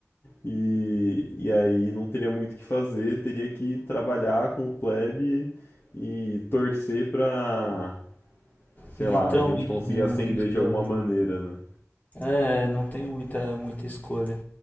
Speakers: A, on the left; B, on the left.
A: e, e aí não teria muito o que fazer, teria que trabalhar com o plebe e torcer pra, sei
B: Literalmente,
A: lá, a gente conseguir
B: né? Não
A: ascender
B: tem escolha.
A: de alguma maneira, né?
B: É, não tem muita, muita escolha.